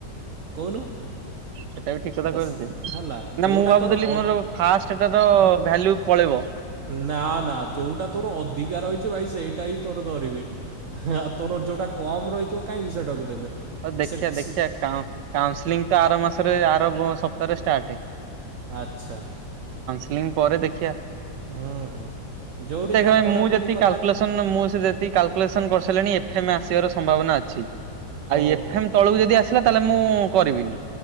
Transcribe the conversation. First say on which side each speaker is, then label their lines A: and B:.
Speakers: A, on the right; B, on the right.
A: କହୁନୁ।
B: ସେଟା ବି ଠିକ କଥା
A: ତ
B: କଇଲ
A: ସ-
B: ଯେ
A: ହେଲା
B: ନା
A: ଯୋଉଟା
B: ମୁଁ ଭାବୁଥିଲି
A: ତୋର ଅ
B: ମୋର ଫାଷ୍ଟଟା ତ ଭାଲ୍ୟୁ। ପଳେଇବ।
A: ନା ନା ଯୋଉଟା ତୋର ଅଧିକାର ରହିଛି ଭାଇ ସେଇଟା ହିଁ। ତୋର ଧଡରିବେ ଆଉ ତୋର ଯୋଉଟା କମ ରହିଥିବ କାହିଁକି ସେଟାକୁ ଦେବେ।
B: ହଉ ଦେଖଆ
A: ସେ
B: ଦେଖିବା
A: ସି
B: କାଉନସଲିଂ ତ ଆର ମାସ ଆର ସପ୍ତାହରେ ଷ୍ଟାର୍ଟ।
A: ଆଚ୍ଛା।
B: ମୁଁ ପରେ ଦେଖିବା।
A: ହୁଁ ହୁଁ। ଯୋଉଠି ଯାହା
B: ଖ
A: ପଢ଼ାପଢ଼ି
B: ମୁଁ ଯେ
A: କଥା
B: କାଲକୁଲେସନ ମୁଁ ସେ କଲକୁଲେସନ କର ହେଲେଣି ଏଫ୍ଏମ୍ ଆସିବାର ସମ୍ଭାବନା ଅଛି। ଆଉ
A: ଓହୋ
B: ଏଫ୍ ଏମ୍ ତଳକୁ ଯଦି ଆସିଲ ତାଲେ ମୁଁ କରିବିନି।